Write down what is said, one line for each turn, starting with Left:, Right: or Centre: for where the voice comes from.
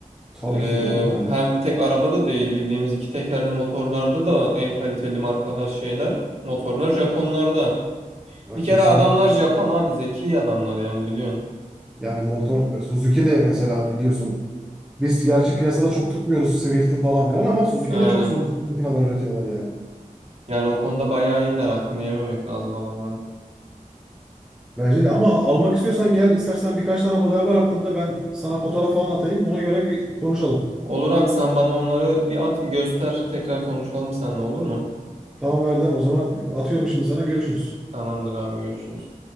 Centre: Tabii
Right: Ee,
Centre: ki canım yani
Right: hem tek arabada değil bildiğimiz iki tekerli motorlarda da en kaliteli markalar şeyler. Motorlar Japonlarda.
Centre: ya
Right: Bir kere
Centre: kesinlikle.
Right: adamlar Japon abi zeki adamlar yani biliyorsun.
Centre: Yani motor Suzuki de mesela biliyorsun biz gerçi piyasada çok tutmuyoruz Swift'i falan filan ama Suzuki
Right: Aynen.
Centre: de çok sorunsuz makineler üretiyorlar yani.
Right: Yani o konuda bayağı iyiler hakkını yememek lazım adamların.
Centre: Bence de ama almak istiyorsan gel istersen birkaç tane model var aklımda ben sana fotoğraf falan atayım ona göre bir konuşalım.
Right: Olur abi sen bana onları bir at bir göster tekrar konuşalım seninle olur mu?
Centre: Tamam Erdem o zaman atıyorum şimdi sana görüşürüz.
Right: Tamamdır abi görüşürüz.